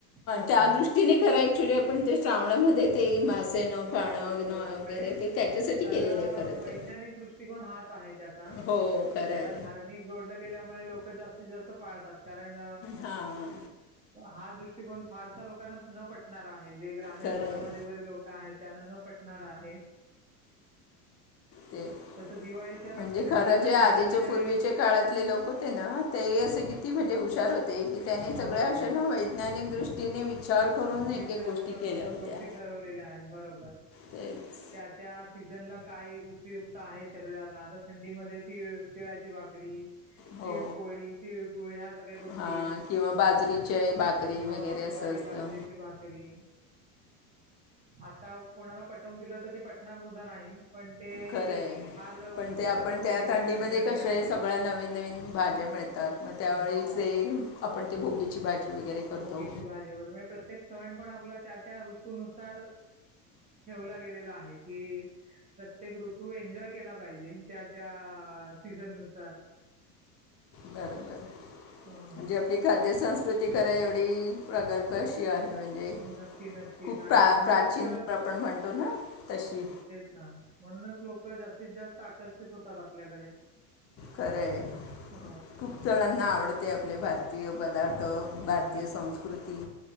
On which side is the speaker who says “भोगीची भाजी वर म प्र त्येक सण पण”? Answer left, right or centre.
Right